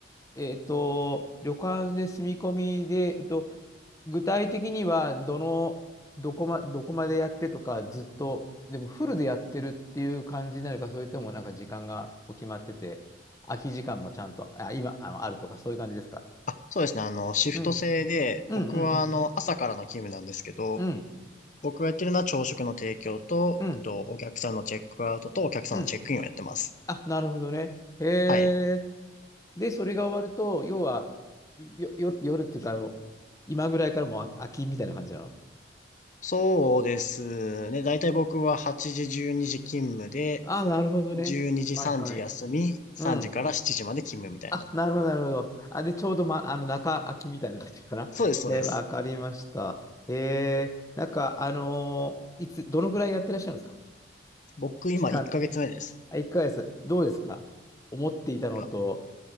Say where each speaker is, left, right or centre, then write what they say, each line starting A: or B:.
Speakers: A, on the left; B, on the left.
A: えっと、旅館で住み込みで、えっと、具体的には、どの、どこま、どこまでやってとか、ずっと、でもフルでやってるっていう感じになるか、それともなんか時間がお決まってて、空き時間もちゃんと、あ、今、あの、あるとか、そういう感じですか。
B: あ、そうですね。あの、シフト制で、
A: うん。うんうんうん。
B: 僕は、あの、朝からの勤務なんですけど、
A: うん。
B: 僕がやってるのは朝食の提供と、
A: うん。
B: えっと、お客さんのチェックアウトとお客さんのチェックインをやってます。
A: うん。あ、なるほどね。へえ。
B: はい。
A: で、それが終わると、要は、よ、よ、夜っていうか、あの、今ぐらいからもうあ空きみたいな感じなの
B: そうですね。だいたい僕は8時、12時勤務で、
A: あ、なるほどね。
B: 12時、
A: はいはい。
B: 3時休み、3時から7時まで勤務みたいな。
A: うん。あ、なるほど、なるほど。あ、で、ちょうど、ま、あの、中空きみたいな感じかな。
B: そうです、そうです。
A: えー、わかりました。えー、なんか、あのーいつ、どのぐらいやってらっしゃるんですか
B: 僕今1ヶ月目です。
A: 期間。あ、1ヶ月。どうですか思っていたのと、
B: あ